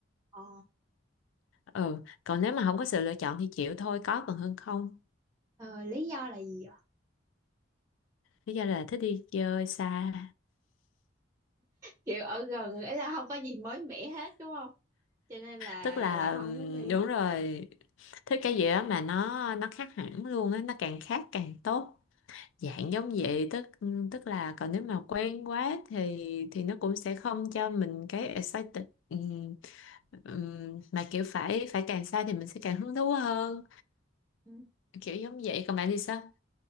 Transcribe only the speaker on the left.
ừ còn nếu mà không có sự lựa chọn thì chịu thôi có còn hơn không
lý do là thích đi chơi xa
tức là
ừm,
đúng rồi thích cái gì đó mà nó nó khác hẳn luôn á nó càng khác càng tốt dạng giống vậy tức ừ, tức là còn nếu mà quen quá thì thì nó cũng sẽ không cho mình cái excited Ừm, ừm, mà kiểu phải phải càng xa thì mình sẽ càng hứng thú hơn
kiểu giống vậy còn bạn thì sao